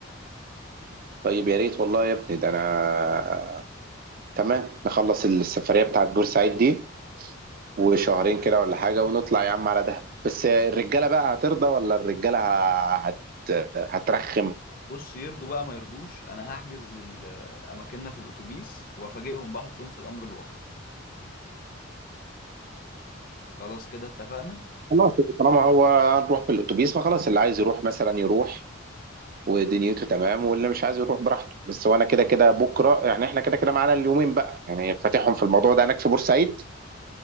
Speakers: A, on the right; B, on the left.
A: طيب يا ريت والله يا ابني ده انا تمام نخلص السفريه بتاعت بورسعيد دي وشهرين كده ولا حاجه ونطلع يا عم على دهب بس الرجاله بقى هترضى ولا الرجاله هت... هترخم
B: بص يرضوا بقى ما يرضوش انا هحجز ال- اماكننا في الاتوبيس وافاجئهم بحطهم في الامر الواقع خلاص كده اتفقنا
A: خلاص طالما هو هنروح بالاتوبيس فخلاص اللي عايز يروح مثلا يروح ودنيته تمام واللي مش عايز يروح براحته بس وانا كده كده بكره يعني احنا كده كده معانا اليومين بقى يعني فاتحهم في الموضوع ده هناك في بورسعيد